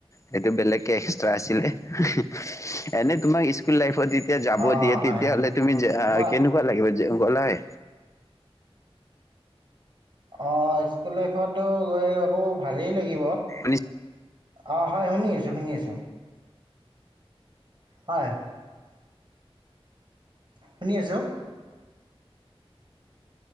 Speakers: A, on the left; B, on the right.
A: সেইটো বেলেগকে এক্সট্ৰা আছিলে এনে তোমাৰ স্কুল লাইফ । যেতিয়া যাব
B: অঁ
A: দিয়ে
B: হয়
A: তেতিয়া
B: হয়
A: হলে তুমি
B: তোমাৰ
A: কেনেকুৱা লাগিব। গলাই
B: অ স্কুল লাইফতো গৈ আকৌ ভালেই লাগি, লাগীব
A: শুনিছ
B: অ হয় শুনি আছো শুনি আছো। হয়। শুনি আছো।